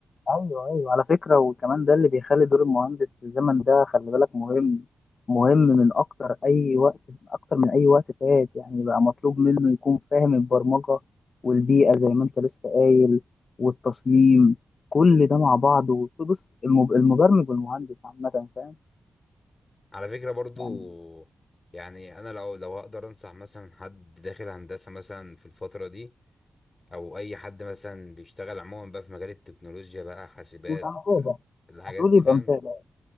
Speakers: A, on the left; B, on the left.
A: ايوه ايوه على فكره وكمان ده اللي بيخلي دور المهندس في الزمن ده خلي بالك مهم مهم من اكتر اي وقت اكتر من اي وقت فات يعني بقى مطلوب منه يكون فاهم البرمجه والبيئه زي ما انت لسه قايل والتصميم كل ده مع بعضه بص الم- المبرمج والمهندس عامه فاهم
B: على فكره برضو
A: يعني
B: يعني انا لو لو هقدر انصح مثلا حد داخل هندسه مثلا في الفتره دي او اي حد مثلا بيشتغل عموما بقى في مجال التكنولوجيا بقى حاسبات
A: يبقى مثابه
B: الحاجات
A: هتقول
B: دي
A: يبقى
B: فاهم
A: مثابه